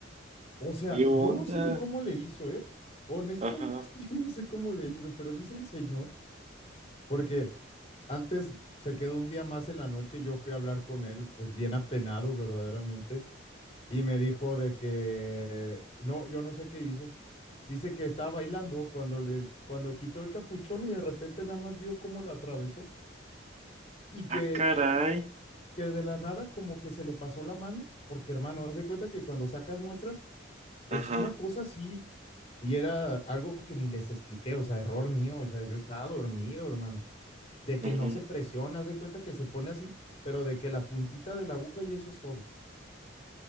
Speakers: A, on the left (about 30°); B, on the right (about 35°).
A: O sea,
B: ¿Qué onda?
A: yo no sé ni cómo le hizo, ¿eh? Honestamente,
B: Ajá.
A: <laughs> yo no sé cómo le hizo, pero dice el señor, porque Antes se quedó un día más en la noche, yo fui a hablar con él, pues bien apenado verdaderamente, y me dijo de que no, yo no sé qué hizo. Dice que estaba bailando cuando le cuando quitó el capuchón y de repente nada más vio cómo lo atravesó y que
B: Ah, caray.
A: que de la nada como que se le pasó la mano, porque hermano, haz de cuenta que cuando sacas muestras es
B: Ajá.
A: una cosa así y era algo que ni les expliqué, o sea, error mío, o sea, yo estaba dormido, hermano. de que
B: ujú.
A: no se presiona, haz de cuenta que se pone así, pero de que la puntita de la aguja y eso es todo.